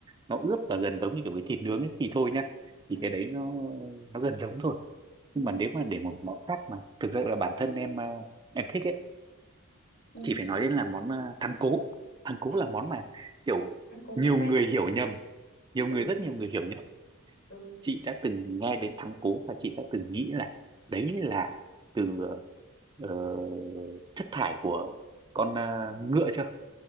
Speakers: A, on the right (about 20°); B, on the left (about 65°).
A: nó ướp và gần giống như kiểu cái thịt nướng ấy thì thôi nhá thì
B: ừ
A: cái đấy nó nó gần giống rồi nhưng
B: ừ
A: mà nếu mà để một món khác mà thực sự là bản thân em ờ, em thích ấy
B: ừ
A: thì phải nói đến là món ờ, thắng cố thắng cố
B: thắng
A: là món mà kiểu
B: thắng cố
A: nhiều
B: nghe quen
A: người
B: đấy
A: hiểu nhầm nhiều người
B: ừ
A: rất nhiều người hiểu nhầm
B: ừ
A: chị đã từng nghe đến thắng cố và chị đã từng nghĩ là đấy là từ ờ, chất thải của con ờ, ngựa chưa